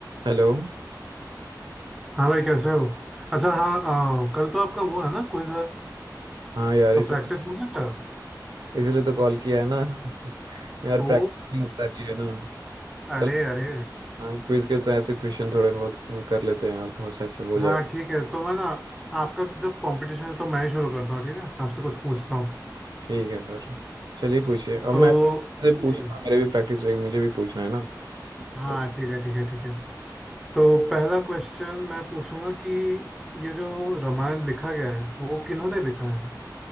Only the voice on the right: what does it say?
Hello
हाँ यार
इस
इसलिए तो कॉल किया है ना <laughs> यार प्रैक्टिस
नहीं हो पा रही है ना
चल
हाँ क्विज के तो ऐसे क्वेश्चन थोड़े बहुत कर लेते हैं यार थोड़ा सा ऐसे हो
जाएगा
ठीक है फिर चलिए पूछिए अब
मैं से
पूछना
मेरे भी प्रैक्टिस रहेगी मुझे भी पूछना है ना
तो